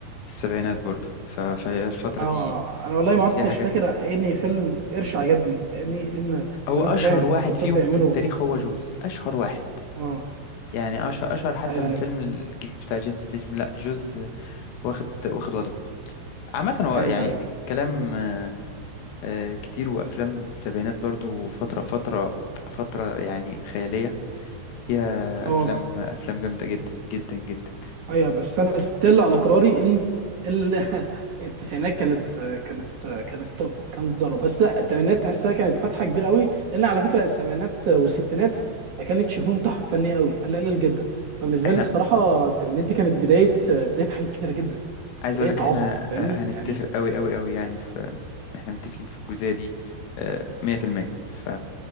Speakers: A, on the left; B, on the right.
A: السبعينات برضه ف... فهي الفترة
B: اه
A: دي
B: انا والله
A: كانت
B: ما عدتش
A: فيها حاجات
B: فاكر اني فيلم قرش عجبني فاهمني ان
A: هو
B: زي
A: اشهر
B: ما انت فاهم
A: واحد
B: على طول
A: فيهم
B: بيعملوا
A: في التاريخ هو جوز اشهر واحد
B: اه
A: يعني اشهر اشهر حتى
B: ايوه
A: من
B: ايوه
A: الفيلم الجديد بتاع جيسون ستيسم لا جوز آه، واخد واخد وضعه عامة هو
B: ايوه
A: يعني
B: ايوه
A: الكلام آه، آه، كتير وأفلام السبعينات برضو فترة فترة فترة يعني خيالية فيها
B: اه
A: افلام افلام جامده جدا جدا جدا
B: ايوه بس انا ستيل على قراري ان ال... <laughs> التسعينات كانت كانت كانت توب كانت ذره بس لا الثمانينات تحسها كانت فتحه كبيره قوي لان على فكره السبعينات والستينات ما كانتش فيهم تحف فنيه قوي قليل قليل جدا فبالنسبه
A: واحنا
B: لي الصراحه الثمانينات دي كانت بدايه بدايه حاجات كتيره جدا
A: عايز
B: بدايه
A: اقول لك
B: عظمه
A: احنا
B: فاهمني
A: آه، هنتفق
B: يعني
A: قوي قوي قوي يعني في احنا متفقين في الجزئيه دي آه، 100% ف